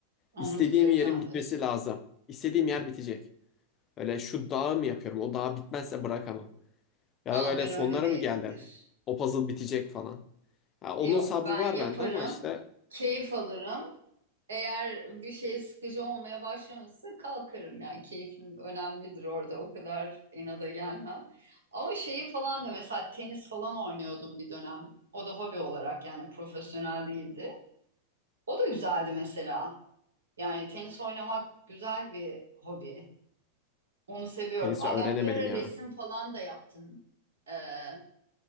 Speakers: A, on the right (about 70°); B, on the left (about 30°).
A: onu
B: istediğim
A: bitireceğim
B: yerin bitmesi
A: diyorsun.
B: lazım. İstediğim yer bitecek. Öyle şu dağı mı yapıyorum? O dağ bitmezse bırakamam. Ya
A: Aa
B: da böyle
A: ben
B: sonlara
A: öyle değilimdir.
B: mı geldi? O puzzle bitecek falan. Ya onun
A: Yok
B: sabrı
A: ben
B: var
A: yaparım,
B: bende ama işte
A: keyif alırım. Eğer bir şey sıkıcı olmaya başlamışsa kalkarım yani keyfim önemlidir orada o kadar inada gelmem. Ama şeyi falan da mesela tenis falan oynuyordum bir dönem. O da hobi olarak yani profesyonel değildi. O da güzeldi mesela. Yani tenis oynamak güzel bir hobi. Onu seviyorum.
B: tenisi
A: Aa,
B: öğrenemedim
A: ben bir ara resim
B: ya.
A: falan da yaptım. Ee,